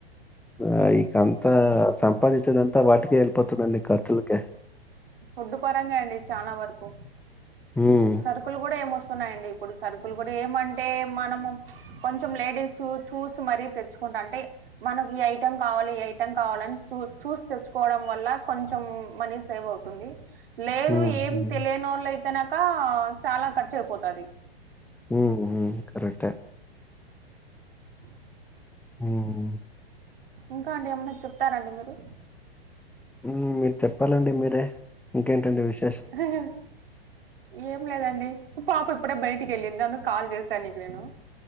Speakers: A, in the centre; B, on the right.
A: ఆ ఇకంతా సంపాదించిదంతా వాటికే వెళ్ళిపోతుందండి ఖర్చులకే
B: ఫుడ్ పరంగా అండి చాలా వరకు
A: హ్మ్.
B: సరుకులు కూడా ఏమొస్తున్నాయండి అప్పుడు సరుకులు కూడా ఏమంటే మనము కొంచెం లేడీస్ చూస్ మరీ తెచ్చుకుంటా అంటే మనకి ఈ ఐటెం కావాలి ఈ ఐటెం కావాలి అని చూసి తెచ్చుకోవడం వల్ల కొంచెం మనీ సేవ్ అవుతు తుంది లేదు
A: హ్మ్.
B: ఏం
A: హ్మ్.
B: తెలియనోలు అయితేనాక చాలా ఖర్చు అయిపోతది
A: హు హమ్ కరెక్టే
B: ఆ
A: హ్మ్.
B: ఇంకా అండి ఏమన్నా చెప్తారండి మీరు
A: ఉమ్ మీరు చెప్పాలండి మీరే ఇంకేంటండి విషయం
B: హ హ ఏం లేదండి పాప ఇప్పుడే బయటికి వెళ్ళింది అందుకే కాల్ చేశాను నీకు నేను